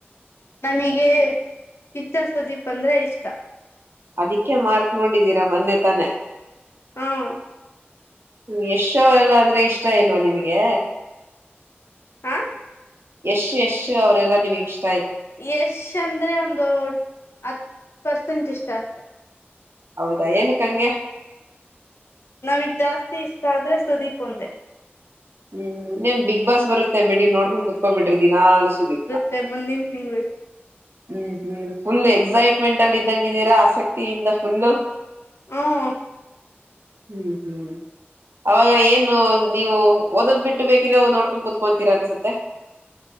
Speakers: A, on the left (about 80°); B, on the right (about 65°).
A: ನಮಗೆ ಕಿಚ್ಚ ಸುದೀಪ್ ಅಂದ್ರೆ ಇಷ್ಟ
B: ಅದಿಕ್ಕೆ ಮಾರ್ತ್ ನೋಡಿದೀರಾ ಮೊನ್ನೆ ತಾನೆ
A: ಹ್ಮ
B: ಯಶ್ ಅವರೆಲ್ಲ ಆದ್ರೆ ಇಷ್ಟ ಇಲ್ವಾ ನಿಮ್ಗೆ
A: ಹ
B: ಯಶ್ ಯಶ್ ಅವರೆಲ್ಲಾ ನಿಮಗೆ ಇಷ್
A: ಯಶ್ ಅಂದ್ರೆ ಒಂದು ಹತ್ತು ಪರ್ಸೆಂಟ್ ಇಷ್ಟ ಅಷ್ಟೆ
B: ಹೌದಾ ಏನಕ್ಕಂಗೆ
A: ನಮಗ್ ಜಾಸ್ತಿ ಇಷ್ಟ ಆದಂದ್ರೆ ಸುದೀಪ್ ಒಂದೇ
B: ಹ್ಮ್ ನೀನ್ ಬಿಗ್ ಬಾಸ್ ಬರುತ್ತೆ ಬಿಡಿ ನೋಡ್ಕೊಂಡು ಕುತ್ಕೊಬ ಬಿಡ್ರಿ ದಿನಾ ಅಲ್ ಸುದೀಪ್
A: ಮ ಮುಂದ ನಿನ್ ತಿಂಗ್
B: ಹ್ಮ್ ಹ್ಮ್ ಫುಲ್ ಎಕ್ಸೈಟ್ಮೆಂಟ್ ಅಲ್ಲಿ ಇದಂಗಿದ್ದೀರಾ ಆಸಕ್ತಿಯಿಂದ ಫುಲ್
A: ಹ್ಮ
B: ಹ್ಮ್ ಹ್ಮ್ ಅವಾಗ ಏನು ನೀವು ಓದದ್ ಬಿಟ್ಟು ಬೇಕಿರೋ ನೋಡ್ಕೊಂಡು ಕುೂತ್ಕೊಂತೀರಾ ಅನ್ಸತ್ತೆ